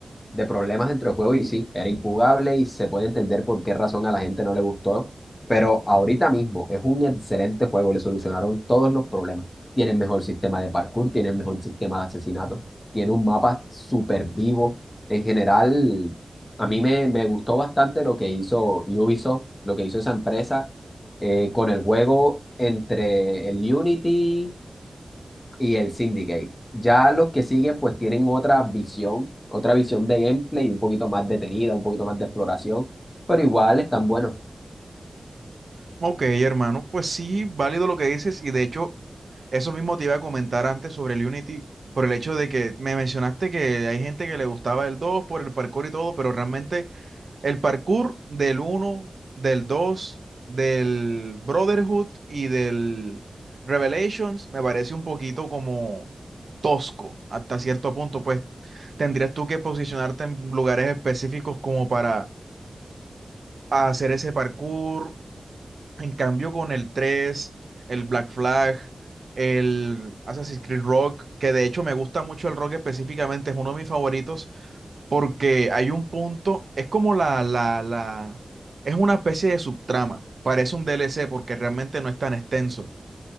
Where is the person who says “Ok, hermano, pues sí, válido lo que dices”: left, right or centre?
Right